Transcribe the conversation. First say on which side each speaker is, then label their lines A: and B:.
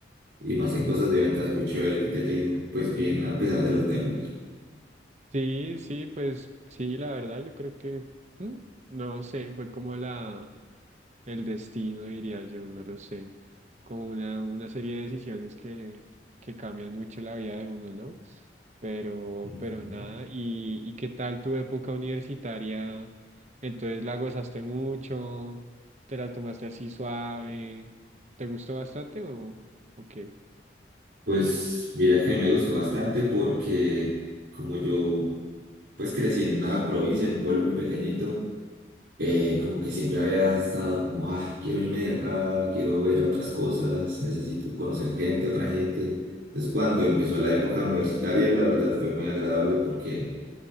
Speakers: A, on the right; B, on the right.
A: Y más en cosas de ventas, muy chévere que te haya ido pues bien a pesar de los nervios.
B: sí, sí, pues sí, la verdad, yo creo que, mm, no sé, fue como la... el destino, diría yo, no lo sé, como una, una serie de decisiones que, que cambian mucho la vida de uno, ¿no? Pero,
A: Ujú.
B: pero nada, ¿y, y qué tal tu época universitaria? Entonces la gozaste mucho, te la tomaste así suave, ¿te gustó bastante o, o qué?
A: Pues mira que me gustó bastante porque como yo pues crecí en una provincia, en un pueblo muy pequeñito, eh, como que siempre había estado como, ah, quiero irme de acá, quiero ver otras cosas, necesito conocer gente, otra gente. Entonces, cuando empezó la época universitaria, la verdad fue muy agradable porque,